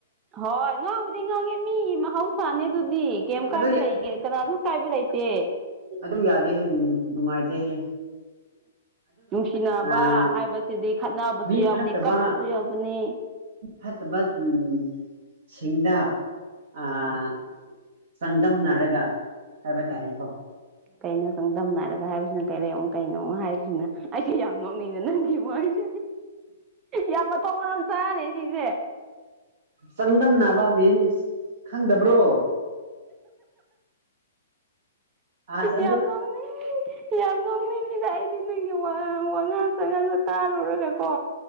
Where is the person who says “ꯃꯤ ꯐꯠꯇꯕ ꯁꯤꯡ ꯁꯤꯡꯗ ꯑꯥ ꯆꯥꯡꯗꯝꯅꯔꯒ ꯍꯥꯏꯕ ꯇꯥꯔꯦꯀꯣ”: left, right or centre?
Right